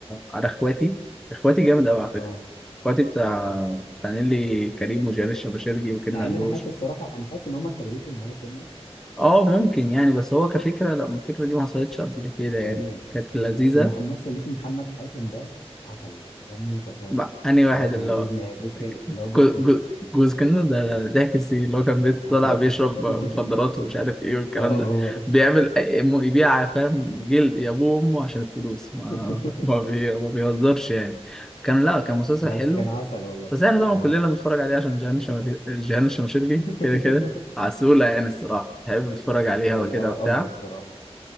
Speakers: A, in the centre; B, on the left.
A: على إخواتي إخواتي جامد أوي على فكرة
B: اه
A: إخواتي بتاع
B: تحفه
A: بتاع نيلي كريم وجيال الشباشرجي وكنا
B: مع ان
A: علوش
B: انا حاسس الصراحه انا حاسس ان هم كرويته ان هي سنه
A: آه ممكن يعني بس هو كفكرة لا الفكرة دي ما حصلتش قبل كده
B: هو
A: يعني
B: جميله
A: كانت لذيذة
B: بس الممثل اللي اسمه محمد حاتم ده عسل دمه شربات
A: مع أنهي
B: اللي
A: واحد
B: هو كان
A: اللي
B: جوز
A: هو
B: جوز كن... اللي هو جوز
A: جو-
B: كندا
A: جو- جوز كده ده ضحك السي اللي هو كان
B: آه،
A: بيطلع
B: عسل
A: بيشرب
B: <laughs>
A: مخدرات ومش عارف ايه والكلام
B: اه
A: ده
B: هو ده
A: بيعمل أي- يبيع فاهم جلد يا ابوه وامه عشان الفلوس ما
B: <laughs>
A: ما, بي... ما بيهزرش يعني كان لا كان مسلسل
B: بس
A: حلو
B: كان عسل والله
A: بس احنا طبعا
B: اه
A: كلنا بنتفرج عليه عشان جيهان الشمال- جيهان الشماشرجي
B: <laughs>
A: كده كده عسولة يعني الصراحة بحب اتفرج عليها
B: هي
A: وكده
B: اه
A: وبتاع
B: قمر الصراحة